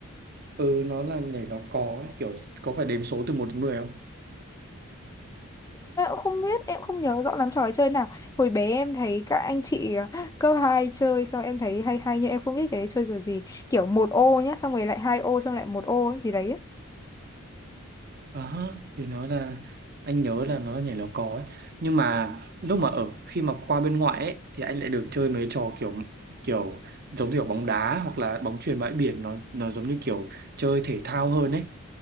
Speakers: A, on the right; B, on the left.
A: ừ nó là nhảy lò cò ấy kiểu có phải đếm số từ một đến 10 không
B: Em cũng không biết, em không nhớ rõ lắm trò chơi nào. Hồi bé em thấy các anh chị ờ, cấp 2 chơi xong em thấy hay hay nhưng em không biết cái chơi kiểu gì. Kiểu một ô nhá, xong rồi lại hai ô xong lại một ô ấy, gì đấy. ấy.
A: À, ha, thì nó là anh nhớ là nó là nhảy lò cò ấy nhưng mà lúc mà ở khi mà qua bên ngoại ấy thì anh lại được chơi mấy trò kiểu kiểu giống như kiểu bóng đá hoặc là bóng chuyền bãi biển nó nó giống như kiểu chơi thể thao hơn ấy